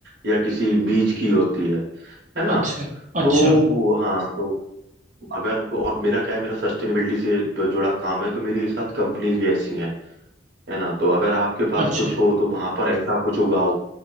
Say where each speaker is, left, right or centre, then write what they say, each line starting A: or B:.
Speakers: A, on the right (about 70°); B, on the right (about 40°).
A: या किसी बीज की होती है है ना
B: अच्छा अच्छा
A: तो वो हाँ तो अगर और मेरा क्या है मेरा सस्टेनेबिलिटी से जुड़ा काम है तो मेरे साथ कंपनीज भी ऐसी हैं है ना तो अगर आपके पास
B: अच्छा
A: कुछ हो तो वहां पर ऐसा कुछ उगाओ